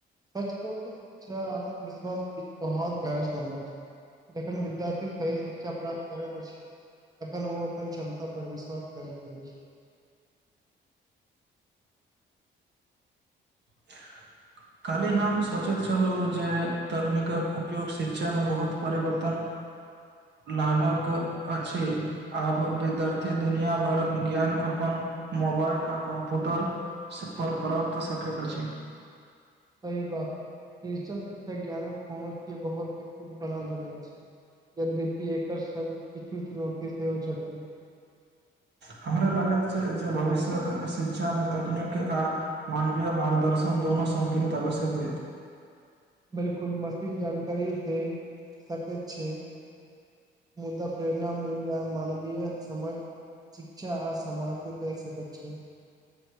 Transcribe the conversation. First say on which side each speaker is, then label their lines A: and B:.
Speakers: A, on the right; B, on the right.
A: सच को तऽ शिक्षा आत्मविश्वास बीच बहुत गहर सम्बन्ध छै जखन विद्यार्थी सह शिक्षा प्राप्त करै प तखन ओ अपन क्षमता पर विश्वास त <unintelligible>
B: <unintelligible> कालहि हम सोचैत छलहु जे तकनीकक उपयोग शिक्षा मे बहुत परिवर्तन <inaudible> लालक अछि आब विद्यार्थी दुनिया भरक ज्ञान अपन मोबाइल आ कॉम्प्यूटर पर प्राप्त शकत अछि
A: सही बात डिजिटल शिक्षा ज्ञानक पहुँच के बहुत विकसित बना देने अछि यद्यपि एकर संग किछु चुनौती सेहो छथि
B: हमरा लागैत छै जे भविष्य्यक शिक्षामे तकनीक आ मानवीय मार्गदर्शन दोनो सन्तुलित आवश्यक होएत
A: बिलकुल मशीन जानकारी दय सकैत छै मुद्दा प्रेरणा मूल्य मानवीय समाज शिक्षा आ समाजे दै सकैत छै